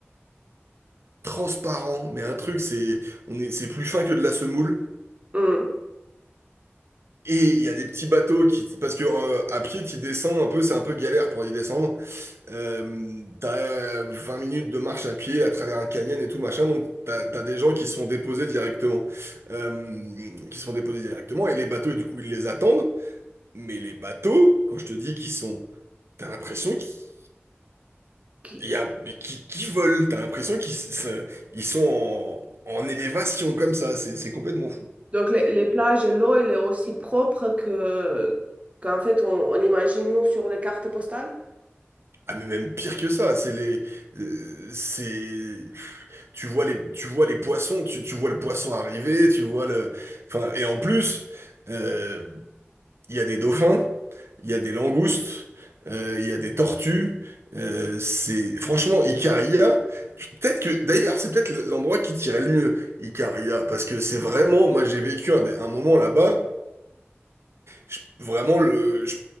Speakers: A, on the right; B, on the right.
A: transparent, mais un truc, c'est on est, c'est plus fin que de la semoule.
B: mhm.
A: Et il y a des petits bateaux qui... Parce que euh, à pied, tu descends un peu, c'est un peu galère pour y descendre. Euh, t'as 20 minutes de marche à pied à travers un canyon et tout, machin. Donc, t'as, t'as des gens qui sont déposés directement. Euh, qui sont déposés directement. Et les bateaux, du coup, ils les attendent. Mais les bateaux, quand je te dis qu'ils sont... T'as l'impression qu'ils...
B: Qui-
A: il y a- qui qui volent. T'as l'impression qu'ils se- ils sont en, en élévation comme ça. C'est c'est complètement fou.
B: Donc, les, les plages, l'eau, elle est aussi propre que qu'en fait, on, on imagine nous sur les cartes postales.
A: Ah mais même pire que ça, c'est les, euh, c'est, tu vois les, tu vois les poissons, tu, tu vois le poisson arriver, tu vois le, enfin et en plus, euh, il y a des dauphins, il y a des langoustes, euh, il y a des tortues, euh, c'est franchement Icaria, peut-être que d'ailleurs c'est peut-être l'endroit qui tirait le mieux Icaria parce que c'est vraiment, moi j'ai vécu un, des- un moment là-bas je- vraiment, le, je